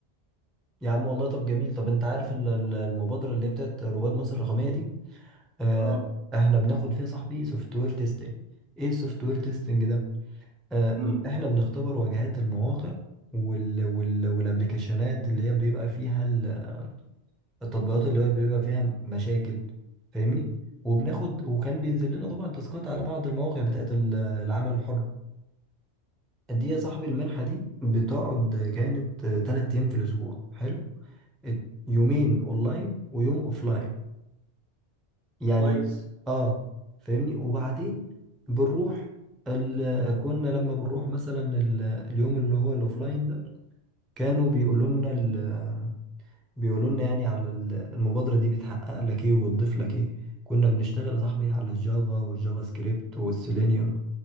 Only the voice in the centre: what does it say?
يا عم والله طب جميل طب انت عارف ال- ال- المبادره اللي هي بتاعت رواد مصر الرقميه دي آه،
احنا بناخد فيها صاحبي سوفت وير تيستنج ايه السوفت وير تيستنج ده آه،
احنا بنختبر واجهات المواقع وال وال والابلكيشنات اللي هي بيبقى فيها ال- التطبيقات اللي هو بيبقى فيها مشاكل فاهمني وبناخد وكان بينزل لنا طبعا تاسكات على بعض المواقع بتاعت ال- العمل الحر دي يا صاحبي المنحة دي بتقعد كانت آه، تلات ايام في الاسبوع حلو ات- يومين اونلاين ويوم اوفلاين يعني
اه فاهمني وبعدين بنروح ال... كنا لما بنروح مثلا ال... اليوم اللي هو الاوفلاين ده كانوا بيقولوا لنا ال... بيقولوا لنا يعني على ال- المبادرة دي بتحقق لك ايه وبتضيف لك ايه كنا بنشتغل يا صاحبي على الجافا والجافا سكريبت والسيلينيوم